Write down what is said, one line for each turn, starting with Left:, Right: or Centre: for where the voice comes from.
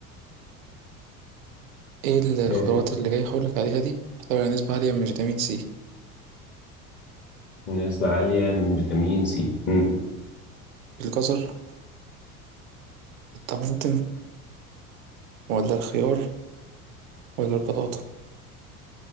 Right: ايه
Left: إيه،
Right: الخضروات اللي جاي هقول لك عليها دي بتحتوي على نسبة عالية من فيتامين سي
Left: نسبة عالية من فيتامين سي مم.
Right: الجزر الطماطم ولا الخيار ولا البطاطا